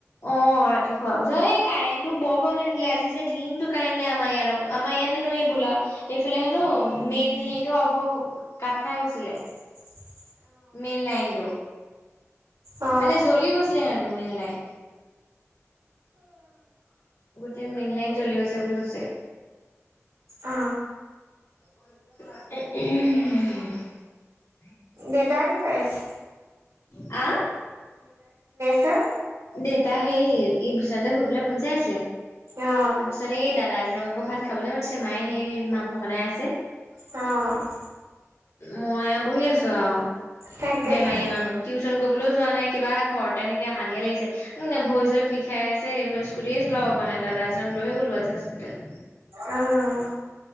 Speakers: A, on the left; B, on the right.
A: অ', ৰা খ পিছ এই কাৰেণ্টটো বৰ প্ৰব্লেম দিলে আজি যে দিনটো কাৰেণ্ট নাই আমাৰ ইয় আমাৰ ইয়াত হেন এই বোলা। এইফালে হেনো মেইন হেৰিটো অভ হৈ কাট খাই গৈছিলে।
B: <inaudible>
A: মেন লাইনটো।
B: অ
A: মানে জ্বলি গৈছিলে হেনো মেইন লাইন। গোটেই মেইন লাইন জ্বলি গৈছে বুলি কৈছে।
B: অ
A: উউ, হম।
B: দেউতাই কি কৰি আছে।
A: আ
B: হা
A: দেউতা সেই ভূচন্ত শুৰি পেলাই ফোন চাই আছিলে তাৰ
B: অ
A: পিছত এই দাদা তেনেক আকৌ ভাত খাবলৈ মায়ে সেই মাংস বনাই আছে।
B: অ',
A: ময়ে বহি আছো আও
B: তাকেহে
A: বেমাৰী মানুহ টিউচন কৰিবলৈ যোৱা নাই কিবা ঘৰতে থাকি অশান্তি লাগিছে। উম, ভৰি চৰ বিষাই আছে এইবোৰ স্কুটিয়ে চলাব পৰা নাই দাদা এজন লৈহে গ'লো আজি হস্পিতেল।
B: উম,